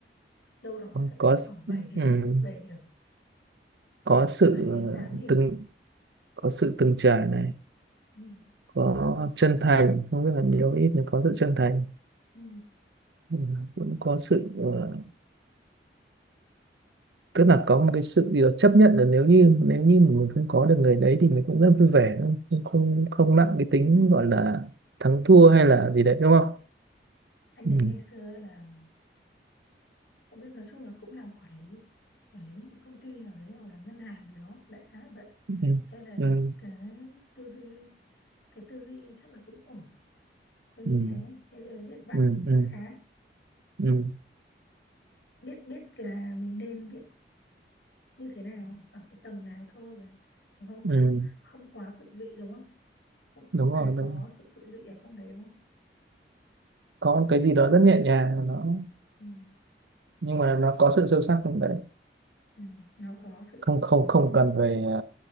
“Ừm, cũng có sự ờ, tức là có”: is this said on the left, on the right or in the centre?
Right